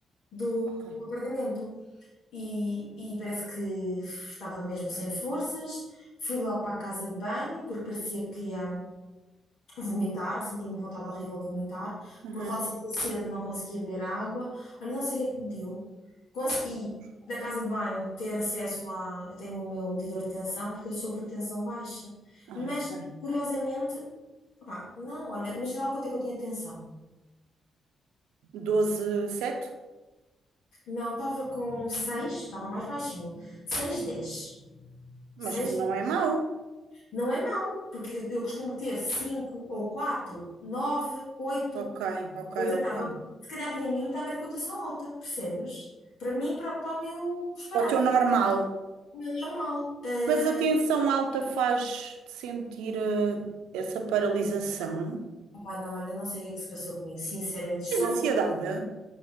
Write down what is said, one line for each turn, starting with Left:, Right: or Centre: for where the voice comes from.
Left: do
Right: ok.
Left: apartamento. E, e parece que estava mesmo sem forças. Fui logo para a casa de banho, porque parecia que ia vomitar, sentia uma vontade horrível de vomitar.
Right: Uhum.
Left: Por outro lado, sentia sede e não conseguia beber água. Olha, não sei o que é que me deu. Consegui,
Right: Ai, meu Deus.
Left: na casa de banho, ter acesso lá. Eu tenho o meu medidor de tensão, porque eu sofro de tensão baixa.
Right: Ah,
Left: Mas,
Right: ok.
Left: curiosamente, opá, não, olha, imagina lá quanto é que eu tinha tensão.
Right: 12, 7,
Left: Não, estava com 6, estava mais baixinho. Seis dez,
Right: mas
Left: seis
Right: não
Left: dez.
Right: é mau.
Left: Não é mau, porque eu, eu costumo ter 5 ou 4, 9, 8.
Right: Ok, ok,
Left: Eu tentava,
Right: ok.
Left: se calhar para mim estava a cotação alta, percebes? Para mim, para, para o meu, os parâmetros.
Right: O teu normal.
Left: O meu normal. Eh,
Right: Mas a tensão alta faz-te sentir eh, essa paralisação.
Left: opá, não, olha, não sei o que é que se passou comigo, sinceramente. Isto
Right: Tens
Left: é só uma
Right: ansiedade?
Left: coisa.